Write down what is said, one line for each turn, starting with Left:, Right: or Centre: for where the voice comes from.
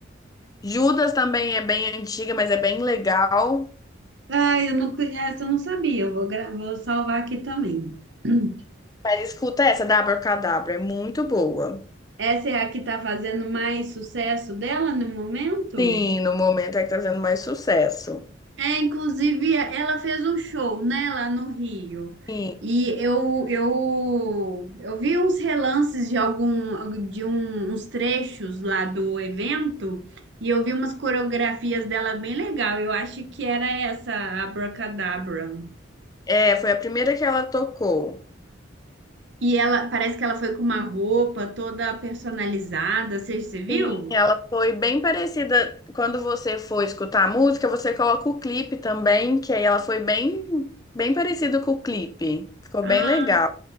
Left: Judas também é bem antiga, mas é bem legal.
Right: Ah, eu não conheço, essa eu não sabia. Eu vou, gra- vou salvar aqui também. <clears throat>
Left: Mas escuta essa, da Abracadabra, é muito boa.
Right: Essa é a que tá fazendo mais sucesso dela no momento?
Left: Sim, no momento é que tá fazendo mais sucesso.
Right: É, inclusive, ela fez um show, né, lá no Rio.
Left: Sim.
Right: E eu, eu, eu vi uns relances de algum, de um- uns trechos lá do evento, e eu vi umas coreografias dela bem legal. Eu acho que era essa, a Abracadabra.
Left: É, foi a primeira que ela tocou.
Right: E ela, parece que ela foi com uma roupa toda personalizada, você, você viu?
Left: Sim. Ela foi bem parecida. Quando você for escutar a música, você coloca o clipe também, que aí ela foi bem, bem parecida com o clipe. Ficou
Right: Ah,
Left: bem legal.